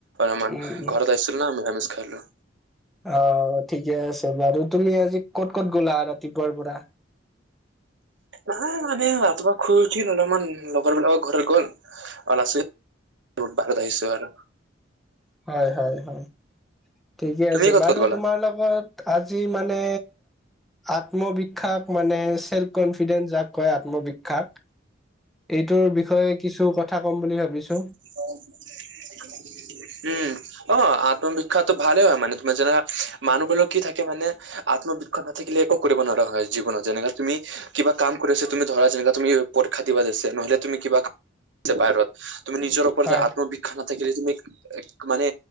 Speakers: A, on the right (about 70°); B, in the centre.
A: আমাৰ
B: উম উম
A: ঘৰত আইছিলো না মিৰামিছ খালো।
B: অ, ঠিকে আছে। বাৰু তুমি আজি ক'ত ক'ত গ'লা? তিপুৱাৰ পৰা।
A: নাই মানে ৰাতিপুৱা খুই উঠিল। অলপমান লগৰ বিলাকৰ ঘৰত গল। অলাছিল ৰধ বাৰত আহিছোঁ আৰু।
B: হয়, হয়, হয়। ঠিকে
A: তুমি
B: আছে।
A: ক'ত
B: বাৰু
A: ক'ত গ'লা
B: তোমাৰ লগত আজি মানে আত্মবিখ্যাক মানে চেল্ফ কনফিডেন্স যাক কয় আত্মবিখ্যাক এইটোৰ বিষয়ে কিছু কথা কম বুলি ভাবিছোঁ।
A: <unintelligible> উম, অ আত্মবিখ্যাতটো ভালে হয় মানে তোমাৰ যেনেকা মানুহ বিলাক কি থাকে মানে আত্মবিখ্যাত নাথাকিলে একো কৰিব নোৱাৰা হয় জীৱনত। যেনেকা তুমি কিবা কাম কৰি আছা তুমি ধৰা যেনেকা তুমি পৰ‌ ক্ষা দিবা আছে নহলে তুমি কিবা বাহিৰত তুমি নিজৰ ওপৰতে
B: হয়
A: আত্মবিখ্যাত নাথাকিলে তুমি মানে